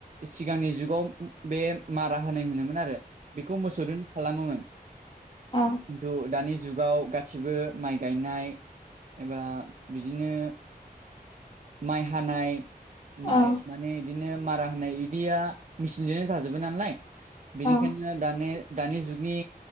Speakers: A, on the right (about 50°); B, on the left (about 30°).
A: सिगांनि जुगाव बे मारा होनाय होनोमोन आरो बेखौ मोसौदोन खालामोमोन।
B: अ।
A: खिन्थु दानि जुगाव गासिबो माइ गायनाय एबा बिदिनो माइ हानाय
B: औ
A: माइ
B: औ
A: माने बिदिनो मारा होनाय बिदिया मेचिनजोंनो जाजोबो नालाय बेनिखायनो
B: औ
A: ओ दानि दानि जुगनि